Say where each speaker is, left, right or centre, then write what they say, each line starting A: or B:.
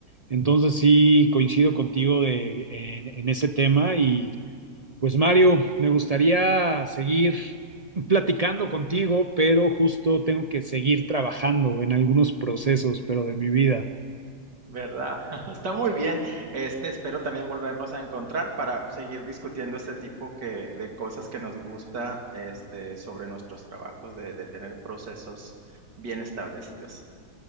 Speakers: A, on the right (about 40°); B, on the right (about 85°).
A: Entonces sí, coincido contigo de- en, en ese tema y pues Mario, me gustaría seguir platicando contigo, pero justo tengo que seguir trabajando en algunos procesos, pero de mi vida.
B: ¿Verdad? <laughs> Está muy bien. Este, espero también volvernos a encontrar para seguir discutiendo este tipo que, de cosas que nos gusta, este, sobre nuestros trabajos, de, de tener procesos bien establecidos.